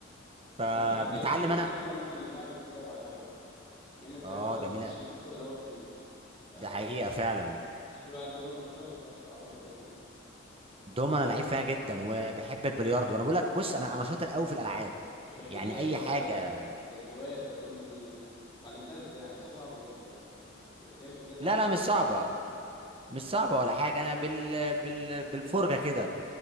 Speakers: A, on the right; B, on the left.
A: فمتعلم
B: طب ليك بتحب الدومنة
A: انا
B: مثلا اللعب اللي بتلعب على القهوة بما انك
A: اه
B: بتقعد على
A: جميلة
B: البلاي ستيشن اكيد بتقعد على القهوة كتير أه
A: ده حقيقة فعلا
B: تحب بقى الدومنة وكده وبتعرف تلعبها ولا ايه الدنيا
A: دوم انا لعيب فيها جدا وبحب البلياردو وانا بقول لك بص انا انا شاطر قوي في الالعاب
B: طب احكي
A: يعني
B: لي طيب
A: اي حاجة
B: آه، الهواية بتاع الدومنة دي اتعلمتها ازاي أنا حاسسها صعبة جدا يعني إيه- ازاي اتعلمتها
A: لا لا مش
B: وامتى
A: صعبة مش صعبة ولا حاجة انا بال... بال... بالفرجة كده